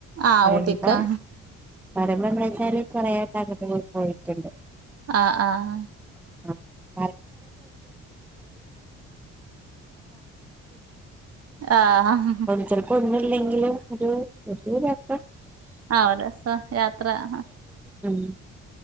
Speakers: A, on the right (about 50°); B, in the centre.
A: ആഹ്
B: പറയുമ്പോ
A: ഊട്ടിക്കാ
B: ഞമ്മൾ വെച്ചാല് പ <unintelligible> പോയിറ്റ്ഇണ്ട്
A: ആ ആഹ
B: <inaudible>
A: ആഹ്
B: ചിലപ്പോ ഒന്നുല്ലെങ്കിലും ഒരു യാത്ര.
A: ആ ഒരു രെസം യാത്ര ഹാ.
B: മം